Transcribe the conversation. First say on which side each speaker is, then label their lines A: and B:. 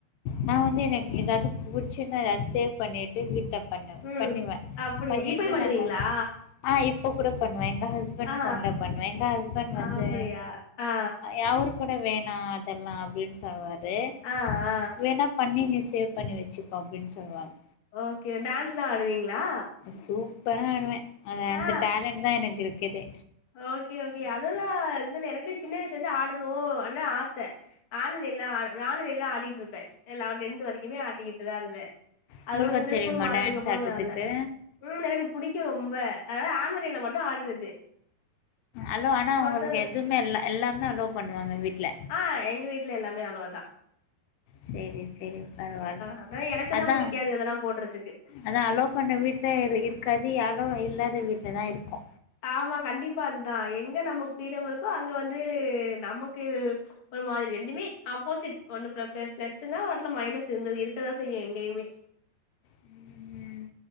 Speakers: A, on the left; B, on the left.
A: நா வந்து எனக்கு ஏதாது புடிச்சு சின்னதா ஏதாது சேவ் பண்ணிட்டு வீட்ட பண்ண
B: ம்
A: பண்ணுவே
B: அப்டியா
A: பண்ணிட்டு
B: இப்பயு பண்ணுவீங்களா
A: நாங்க ஆ இப்ப கூட பண்ணுவே எங்க ஹஸ் பண்ட்
B: ஆ
A: போன்ல பண்ணுவே எங்க ஹஸ்பண்ட் வந்து
B: அப்டியா ஆ
A: ய அவரு கூட வேணா அதெல்லா அப்படின் சொல்வாரு
B: ஆ ஆ
A: வேணா பண்ணி நீ சேவ் பண்ணி வச்சுக்கோ அப்படின் சொல்லுவாங்க
B: ஓகே டான்ஸ்ல்லா ஆடுவீங்களா
A: சூப்பரா ஆடுவே அது அந்த
B: ஆ
A: டேலண்ட் தா எனக்குருக்குதே
B: ஓகே ஓகே அதெல்லா இதுல எனக்குமே சின்ன வயசுலருந்தே ஆடணு அதுதா ஆச அனுவல்டேலா அனுவல்டேலா ஆடிட்டுருப்பே எல்லா டென்த் வரைக்குமே ஆடிக்கிட்டுதா இருந்தே
A: உங்களுக்கு
B: அதுப்புறோ இந்த
A: தெரியுமா
B: ஸ்கூல் மாறனதுக்கு
A: டான்ஸ்
B: அப்புறோ
A: ஆடுறதுக்கு
B: ஆட்ல ம் எனக்கு பிடிக்கு ரொம்ப அதாது ஆன்வல்டேல மட்டு ஆடுறது
A: அலோ ஆனா
B: மத்த
A: உங்களுக்கு எதுமே இல்ல எல்லாமே அலோ பண்ணுவாங்க வீட்ல
B: ஆ எங்க வீட்ல எல்லாமே அலோ தா
A: செரி செரி பரவால்ல
B: ஆனா எனக்கு
A: அதா
B: தா புடிக்காது இதெல்லா போடுறதுக்கு
A: அதா அலோ பண்ண வீட்ல இரு இருக்காது அலோ இல்லாத வீட்லதா இருக்கு
B: ஆமா கண்டிப்பா அதுதா எங்க நமக்கு ஃப்ரீடம் இருக்கோ அங்க வந்து நமக்கு ஒரு மாரி ரெண்டுமே ஆப்போசிட் ஒன்னு ப்ள ப்ள ப்ளஸ்னா ஒன்னுல மைனஸ் இருந்து இருக்கதா செய்யு எங்கயுமே <unintelligible>
A: ம்